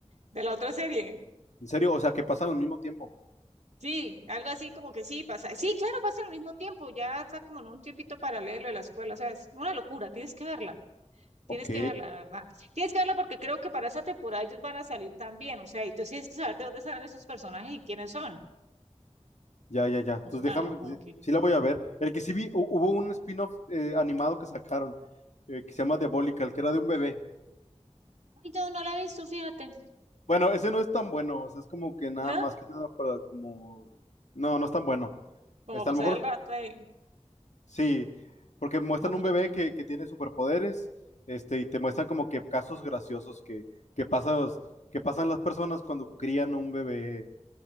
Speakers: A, on the right; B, on the left.
A: de la otra serie.
B: en serio, o sea, que pasan al mismo tiempo.
A: Sí, algo así como que sí pasa. Sí, claro, pasa al mismo tiempo, ya está como en un tiempito paralelo de la escuela. O sea, es una locura, tienes que verla. Tienes
B: Ok,
A: que verla, de verdad. Tienes que verla porque creo que para esa temporada ellos van a salir también. O sea, y tú tienes que saber de dónde salen esos personajes y quiénes son.
B: ya, ya, ya. Entonces
A: O sea,
B: déjame,
A: como
B: sí,
A: que.
B: sí la voy a ver. El que sí vi, hu- hubo un spin-off eh, animado que sacaron, eh, que se llama Diabolical, que era de un bebé.
A: Ay, yo no la he visto, fíjate.
B: Bueno, ese no es tan bueno, o sea, es como que nada,
A: ¿No?
B: más que nada para como... No, no es tan bueno.
A: Como
B: Está,
A: pasar
B: a lo mejor
A: el rato de.
B: Sí, porque muestran
A: No, pero
B: un bebé
A: Jim
B: que, que tiene superpoderes, este, y te muestran como que casos graciosos que, que pasas- que pasan las personas cuando crían un bebé